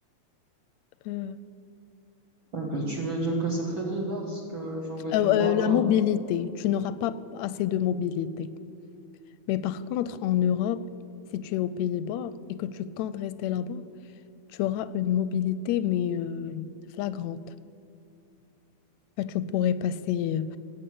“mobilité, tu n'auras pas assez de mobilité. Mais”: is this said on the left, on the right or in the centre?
Left